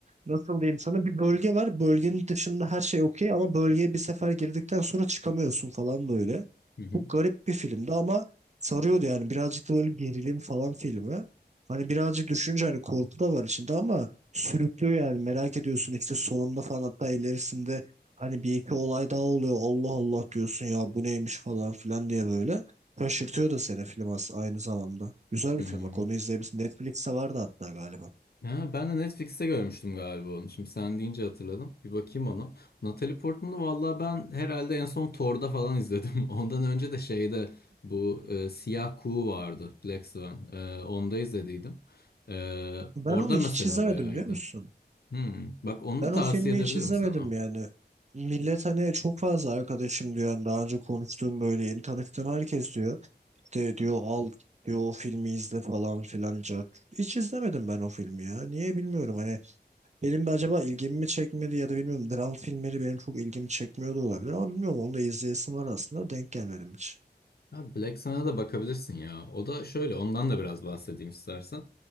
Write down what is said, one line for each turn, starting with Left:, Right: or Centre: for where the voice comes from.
Right: nasıl diyeyim sana bir bölge var. Bölgenin dışında her şey okey ama bölgeye bir sefer girdikten sonra çıkamıyorsun falan böyle.
Left: Hı hı.
Right: Çok garip bir filmdi ama sarıyordu yani. Birazcık da böyle gerilim falan filmi. Hani birazcık düşününce hani korku da var içinde ama sürüklüyor yani. Merak ediyorsun işte sonunda falan hatta ilerisinde hani bir iki olay daha oluyor. Allah Allah diyorsun ya bu neymiş falan filan diye böyle. Şaşırtıyor da seni film as- aynı zamanda. Güzel
Left: Hmm.
Right: bir film. Bak onu izleyebilirsin. Netflix'te vardı hatta galiba.
Left: Ha, ben de Netflix'te görmüştüm galiba onu. Şimdi sen deyince hatırladım. Bir bakayım ona. Natalie Portman'ı valla ben herhalde en son Thor'da falan izledim. <laughs> Ondan önce de şeyde bu e, Siyah Kuğu vardı. Black Swan. E, onda izlediydim. E,
Right: Ben
Left: orada
Right: onu hiç
Left: mesela
Right: izlemedim
Left: bayağı
Right: biliyor
Left: iyiydi.
Right: musun?
Left: Hmm. Bak onu
Right: Ben
Left: da tavsiye
Right: o filmi
Left: edebilirim
Right: hiç izlemedim
Left: sana.
Right: yani. Millet hani çok fazla arkadaşım diyor. Yani daha önce konuştuğum böyle yeni tanıştığım herkes diyor. İşte diyor al diyor o filmi izle falan filan. cart. Hiç izlemedim ben o filmi ya. Niye bilmiyorum hani benim de acaba ilgimi mi çekmedi ya da bilmiyorum. Dram filmleri benim çok ilgimi çekmiyor da olabilir ama bilmiyorum onu da izleyesim var aslında. Denk gelmedim hiç.
Left: Abi Black Sun'a da bakabilirsin ya. O da şöyle, ondan da biraz bahsedeyim istersen.